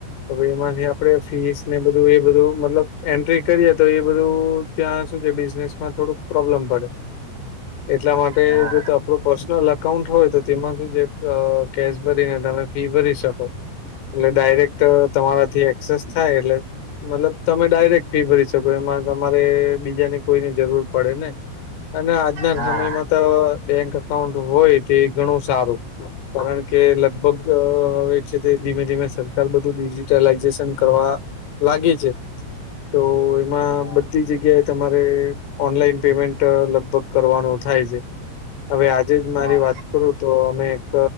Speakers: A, on the left; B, on the right.
A: તો એમાંથી. આપે ફીસ ને, બધું એ બધું મતલબ. એન્ટ્રી કરીએ તો, એ બધું ત્યાં સુધી બિઝનેસ માં થોડુંક પ્રોબ્લેમ પડે. એટલા માટે
B: હા
A: જો તો. આપ પર્સનલ અકાઉન્ટ હોય તો, તેમાં સુધ કેશ ભરીને, તમે ફી ભરી શકો. એટલે ડાયરેક્ટ તમારાથી એક્સેસ થાય એટલે. મતલબ, તમે ડાયરેક્ટ ફી ભરી શકો, એમાં તમારે બીજાની કોઈની જરૂર પડે ને. અને આજના
B: હા
A: સમયમાં તો બેંક અકાઉન્ટ હોય, તે ઘણું સારું. કારણ કે લગભગ હવે છે, તે ધીમે-ધીમે સરકાર બધું ડિજિટલાઈઝેશન કરવા. લાગે છે, તો એમાં
B: હા
A: બધી જગ્યાએ તમારે. ઓનલાઈન પેમેન્ટ લગભગ કરવાનું થાય છે. હવે આજે જ
B: હા
A: મારી વાત કરું, તો અમે એક.